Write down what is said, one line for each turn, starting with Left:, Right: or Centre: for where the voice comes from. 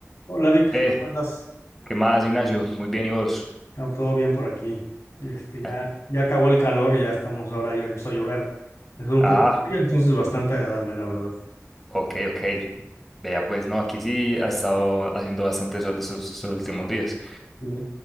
Left: Hola Vic,
Centre: Eh,
Left: ¿cómo andas?
Centre: ¿qué más, Ignacio? Muy bien, ¿y vos?
Left: No, todo bien por aquí. Este, ya,
Centre: Ah,
Left: ya acabó el calor y ya estamos ahora, ya empezó a llover. Es un
Centre: ah,
Left: poco frío, entonces bastante agradable, la verdad.
Centre: ok, ok. Vea, pues no, aquí sí ha estado haciendo bastante sol estos, estos últimos días.
Left: Sí.